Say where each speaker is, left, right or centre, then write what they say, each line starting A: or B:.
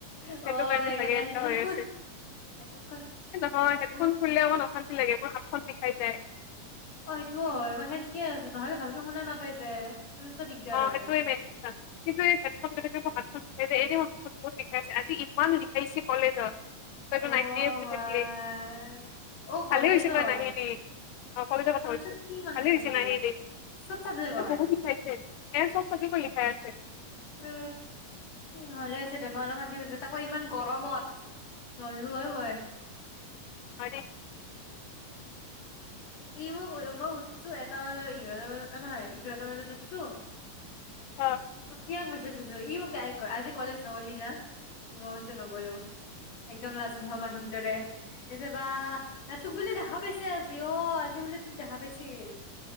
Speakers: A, on the left (about 75°); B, on the left (about 65°).
A: সেইটো
B: অ',
A: কাৰণে
B: সেইকাৰণে
A: চাগে এনেুৱা
B: হেডফোন
A: হৈ
B: খুল
A: আছে
B: হেডফোন খুল
A: হয়
B: অ',
A: হেডফোন খুলিলে অকণমান অশান্তি লাগে ত হেড খন বিষাই যায়
B: অ এইটোও হয় মই সেনকে আছো নহলে ভালকে শুনা নাপাইছ যে মস্ত দিগদাৰ
A: অ
B: হয়
A: সেইটোৱে মেইন কিন্তু মাত স এনে বহুত লিখাইছে আজি ইমান লিখাইছে কলেজত তইতো
B: অ',
A: নাহিলি শুই
B: বাই
A: থাকিলি
B: অ', কলেজত
A: ভালে হৈছে তই নাহিলি অ কলেজৰ কথা
B: কলেজত
A: কৈছো
B: কি ইমান
A: ভালে
B: লিখাইছে
A: হৈছে নাহিলি
B: চব চাবজেক্টৰ
A: বহুত লিখাইছে এ চব চাবজেকৰ লিখাইছে
B: উ ভালে হৈছে দে মই অলপ অশান্তি পাইছো তাকৌ ইমান গৰমত নললো হয় মই
A: আৰে
B: ই মই মই উঠছো এটা ব ইঘাৰত নহয় ইঘাৰত বজাত উঠছো
A: বাচ
B: উঠিয়ে গ ই ম আজি কলেজ নগলি না মই কৈছো নগলো একদম লাজ নোহোৱা মানুহ দৰে তছে বা তোক বোলে দেখা পাইছে আজি অ আজি বোলে তোক দেখা পাইছিল